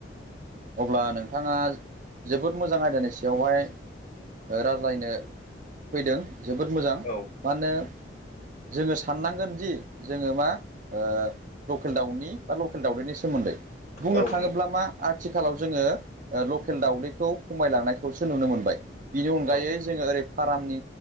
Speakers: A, on the right (about 45°); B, on the left (about 40°).
A: अब्ला नोंथाङा जोबोद मोजां आयदानि सायावहाय ओ राज्लायनो फैदों जोबोद मोजां
B: औ
A: मानोे जोङो साननांगोनदि जोङो मा ओ लकेल दाउनि बा लकेल दाउदैनि सोमोन्दै बुंनो
B: औ
A: थाङोब्ला
B: नंगौ
A: मा आथिखालाव जोङो ओ लकेल दाावदैखौ खमायलांनायखौसो नुनो मोनबाय। बिनि अनगायै
B: औ
A: जोङो ओरै फार्मनि